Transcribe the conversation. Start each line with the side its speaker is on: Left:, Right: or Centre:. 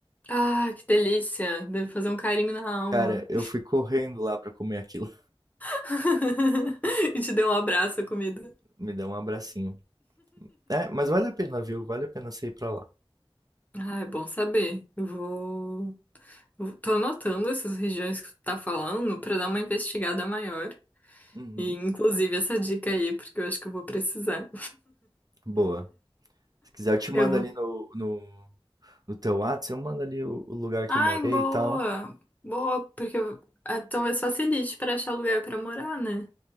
Left: Ah, que delícia. Deve fazer um carinho na alma.
Right: Cara, eu fui correndo lá pra comer aquilo.
Left: <laughs> E te deu um abraço, a comida.
Right: <laughs> Me deu um abracinho. É, mas vale a pena, viu? Vale a pena você ir pra lá.
Left: Ah, é bom saber. Eu vou. vou- Tô anotando essas regiões que tu tá falando pra dar uma investigada maior.
Right: Uhum.
Left: E, inclusive, essa dica aí, porque eu acho que eu vou precisar.
Right: Boa. Se quiser, eu te mando
Left: Eu vou.
Right: ali no, no, no teu Whats, eu mando ali o, o lugar que
Left: Ai,
Right: eu morei
Left: boa!
Right: e tal.
Left: Boa, porque eu- ah, talvez facilite pra achar lugar pra morar, né?